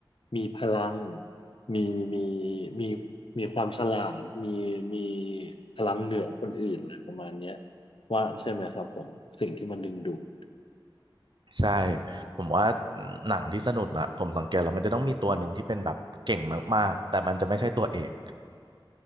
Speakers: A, on the left; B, on the right.
A: มีพลังมีมีมีมีความฉลาดมีมีพลังเหนือคนอื่นอะไรประมาณเนี้ยว่าใช่ไหมครับผมสิ่งที่มันดึงดูด
B: ใช่ผมว่าหนังที่สนุกอะผมสังเกตแล้วมันจะต้องมีตัวหนึ่งที่เป็นแบบเก่งมากๆแต่มันจะไม่ใช่ตัวเอก